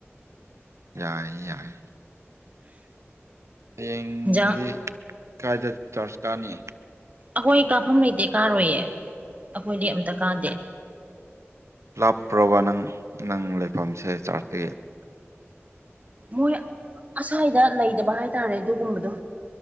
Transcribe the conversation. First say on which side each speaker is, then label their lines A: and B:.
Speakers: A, on the right; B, on the right.
A: ꯌꯥꯏ ꯌꯥꯏ ꯇꯦꯡ
B: ꯍꯤꯟꯖꯥꯡ
A: ꯁꯤ ꯀꯥꯏꯗ ꯆꯥꯔꯖ ꯀꯥꯅꯤ
B: ꯑꯩꯈꯣꯏ ꯀꯥꯐꯝ ꯂꯩꯇꯦ ꯀꯥꯔꯣꯏꯌꯦ ꯑꯩꯈꯣꯏꯗꯤ ꯑꯃꯝꯇ ꯀꯥꯗꯦ
A: ꯂꯥꯞꯄ꯭ꯔꯣꯕ ꯅꯪ ꯅꯪ ꯂꯩꯐꯝꯁꯦ ꯆꯥꯔꯇꯒꯤ
B: ꯃꯣꯏ ꯑꯁꯥꯏꯗ ꯂꯩꯗꯕ ꯍꯥꯏꯇꯥꯔꯦ ꯑꯗꯨꯒꯨꯝꯕꯗꯣ